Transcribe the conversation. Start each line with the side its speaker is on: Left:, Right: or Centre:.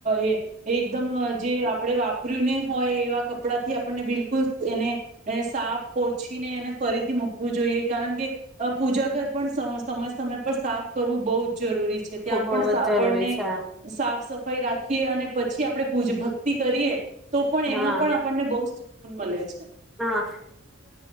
Right: એ એકદમ જે આપણેે વા પર્યું ને હોય એવા કપડા થી આપણને બિલકુલ એને સાફ ઓછીને એને ફરીથી મૂકવું જોઈએ, કારણ કે પૂજા ઘર પણ સ સમય-સમય સાફ કરવું બહુ જ જરૂરી છે. ત્યાં
Centre: ખુબ
Right: પણ
Centre: બહુ
Right: આપણને
Centre: જ જરૂરી છે
Right: સાફ સફ રાખીએ અને પછી આપણે પૂજ ભક્તિ કરીએ તો પણ
Centre: હા
Right: એમાં પણ આપણને બહું સ કુન મલે છે.
Centre: હા